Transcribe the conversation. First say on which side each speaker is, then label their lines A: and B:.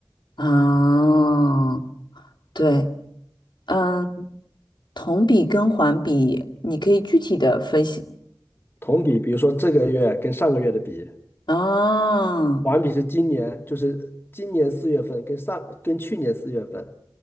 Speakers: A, on the left (about 70°); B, on the left (about 30°).
A: 啊，对，嗯。同比跟环比，你可以具体的分析。
B: 同比，比如说这个月跟上个月的比，
A: 啊，
B: 环比是今年，就是今年四月份跟上跟去年四月份。